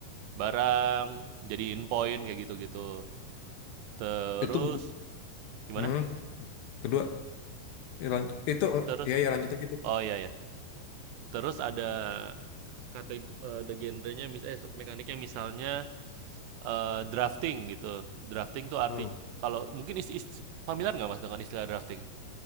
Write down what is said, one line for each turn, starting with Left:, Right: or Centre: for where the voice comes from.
Right: barang, jadiin poin kayak gitu-gitu. Terus
Left: Itu
Right: gimana?
Left: Hmm, kedua ya lanjut. Itu
Right: Terus
Left: ya ya lanjut aja gitu.
Right: oh iya ya. Terus ada kategori eh, ada genrenya mis eh mekaniknya misalnya eh, drafting gitu. Drafting tuh arti
Left: Hmm.
Right: kalau mungkin is, is- familiar nggak Mas dengan istilah drafting?